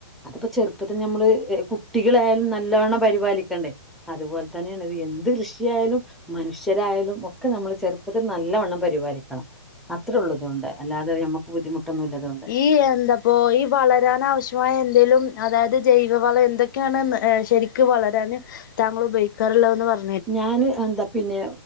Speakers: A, in the centre; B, on the left (about 45°).
A: അത്പ്പൊ ചെറ്പ്പത്തില് ഞമ്മള് കുട്ടികളേയാലും നല്ലോണ്ണം പരിപാലിക്കെണ്ടെ അത്പോൽത്തെന്നേണ് ഇത് എന്ത് കൃഷിയായാലും മനുഷ്യരായാലും ഒക്കെ നമ്മള് ചെറ്പ്പത്തില് നല്ലവണ്ണം പരിപാലിക്കണം അത്രൊള്ളൂ ഇതോണ്ട് അല്ലാതെ ഞമ്മക്ക് ബുദ്ധിമുട്ടൊന്നുല്ല ഇതോണ്ട്
B: ഈ എന്താപ്പോ ഈ വളരാനാവിശ്യമായ എന്തേലും അതായത് ജൈവെവളം എന്തൊ ക്കെണ്ന്ന് ഹ് ശെരിക്ക്‌ വളരാന് താങ്കള് ഉപയോഗിക്കാറ്ള്ളതൊന്ന് പറ
A: ഞാന് എന്താ പിന്നെ